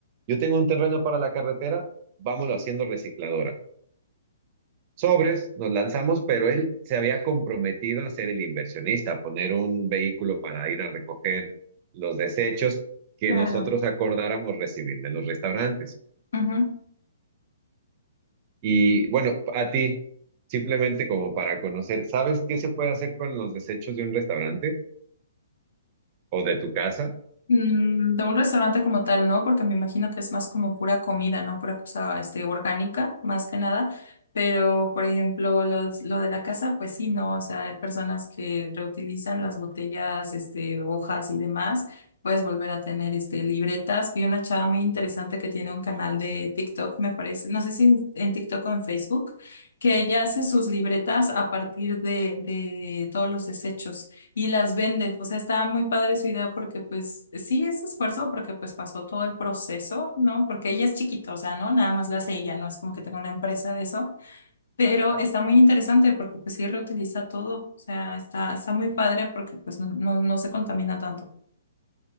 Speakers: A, on the right (about 30°); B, on the left (about 80°).
A: yo tengo un terreno para la carretera, vámonos haciendo recicladora. Sobres, nos lanzamos, pero él se había comprometido a ser el inversionista, a poner un vehículo para ir a recoger los desechos que
B: Claro.
A: nosotros acordáramos recibir de los restaurantes.
B: Ujú.
A: Y bueno, a ti, simplemente como para conocer, ¿sabes qué se puede hacer con los desechos de un restaurante o de tu casa?
B: Mm, de un restaurante como tal, ¿no? Porque me imagino que es más como pura comida, ¿no? Pura cosa, este, orgánica, más que nada. Pero, por ejemplo, lo, lo de la casa, pues sí, ¿no? O sea, hay personas que reutilizan las botellas, este, hojas y demás. Puedes volver a tener, este, libretas. Vi una chava muy interesante que tiene un canal de TikTok, me parece. No sé si en, en TikTok o en Facebook, que ella hace sus libretas a partir de, de todos los desechos y las vende. O sea, está muy padre su idea porque pues sí es esfuerzo porque pues pasó todo el proceso, ¿no? Porque ella es chiquita, o sea, ¿no? Nada más la hace ella, no es como que tenga una empresa de eso, pero está muy interesante porque pues sí reutiliza todo, o sea, está, está muy padre porque pues no, no, no se contamina tanto.